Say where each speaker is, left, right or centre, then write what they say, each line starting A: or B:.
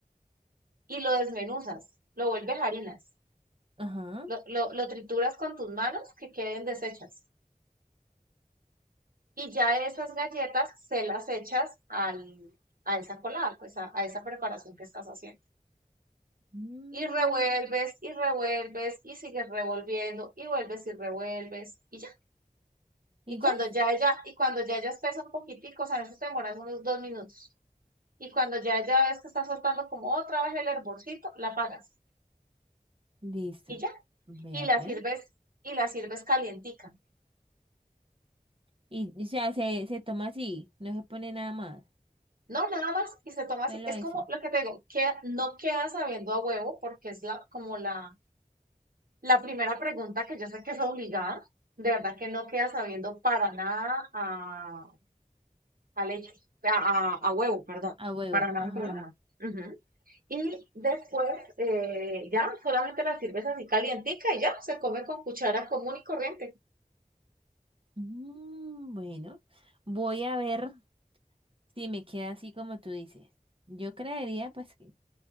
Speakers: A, on the right (about 70°); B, on the right (about 35°).
A: y lo desmenuzas, lo vuelves harinas,
B: Ajá.
A: lo, lo, lo trituras con tus manos que queden deshechas. Y ya esas galletas se las echas al, a esa colada, pues a, a esa preparación que estás haciendo.
B: Mm,
A: Y revuelves y revuelves y sigues revolviendo y vuelves y revuelves y ya.
B: Y
A: Y cuando
B: ya.
A: ya ella, y cuando ya ella espesa un poquitico, o sea, eso te demoras unos dos minutos. Y cuando ya ella ves que está soltando como otra vez el hervorcito, la apagas
B: Listo.
A: y ya.
B: Vea
A: Y la
B: pues.
A: sirves, y la sirves calientica.
B: Y, o sea, se, se toma así. No se pone nada más.
A: No, nada más y se toma así.
B: Solo
A: Es
B: eso.
A: como lo que te digo, que no queda sabiendo a huevo porque es la, como la, La primera pregunta que yo sé que es obligada, de verdad que no queda sabiendo para nada a, a leche, a, a- a huevo, perdón,
B: A huevo.
A: para nada,
B: Ajá.
A: para nada. Ujú. Y después eh, ya solamente la sirves así calientica y ya se come con cuchara común y corriente.
B: Mm, bueno. Voy a ver. Sí, me queda así como tú dices. Yo creería, pues, que-